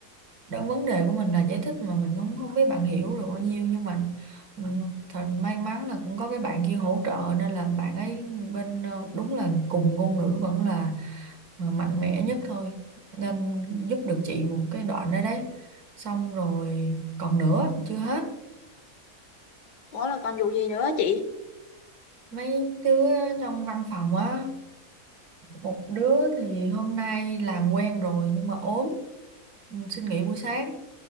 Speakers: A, on the right; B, on the left.
A: đó vấn đề của mình là giải thích mà mình cũng không biết bạn hiểu được bao nhiêu nhưng mà ừ, thật may mắn là cũng có cái bạn kia hỗ trợ nên là bạn ấy bên ờ, đúng là cùng ngôn ngữ vẫn là ờ, mạnh mẽ nhất thôi nên giúp được chị một cái đoạn đấy đấy xong rồi còn nữa chưa hết
B: ủa là còn vụ gì nữa á chị
A: mấy đứa trong văn phòng á một đứa thì hôm nay làm quen rồi nhưng mà ốm ừ, xin nghỉ buổi sáng